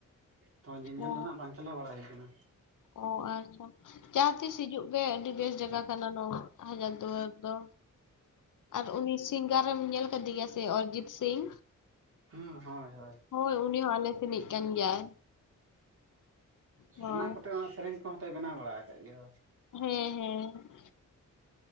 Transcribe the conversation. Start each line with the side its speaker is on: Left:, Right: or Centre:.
Right: ᱛᱚ ᱧᱮᱧᱮᱞ
Left: ᱚ
Right: ᱫᱚ ᱦᱟᱸᱜ ᱵᱟᱝ ᱪᱟᱞᱟᱣ ᱵᱟᱲᱟ ᱦᱩᱭ ᱠᱟᱱᱟ
Left: ᱚ ᱟᱪᱪᱷᱟ ᱡᱟᱦᱟᱸ ᱛᱤᱥ ᱦᱤᱡᱩᱜ ᱯᱮ ᱟᱹᱰᱤ ᱵᱮᱥ ᱡᱟᱭᱜᱟ ᱠᱟᱱᱟ ᱱᱚᱣᱟ ᱦᱟᱡᱟᱨ ᱫᱩᱣᱟᱨ ᱫᱚ ᱟᱨ ᱩᱱᱤ ᱥᱤᱝᱜᱟᱨᱮᱢ ᱧᱮᱞ ᱠᱟᱫᱤ ᱜᱤᱭᱟ ᱥᱮ ᱚᱨᱤᱡᱤᱛ ᱥᱤᱝ
Right: ᱦᱩᱸ ᱦᱳᱭ ᱦᱳᱭ
Left: ᱦᱳᱭ ᱩᱱᱤ ᱦᱚᱸ ᱟᱞᱮ ᱥᱮᱱᱤᱡ ᱠᱟᱱ ᱜᱮᱭᱟᱭ ᱦᱳᱭ
Right: ᱚ ᱚᱱᱟ ᱠᱚᱛᱮ ᱦᱚᱸ ᱥᱮᱨᱮᱧ ᱠᱚᱦᱚᱸ ᱛᱚᱭ ᱵᱮᱱᱟᱣ ᱵᱟᱲᱟ ᱟᱠᱟᱫ ᱜᱮᱭᱟ
Left: ᱦᱮᱸ ᱦᱮᱸ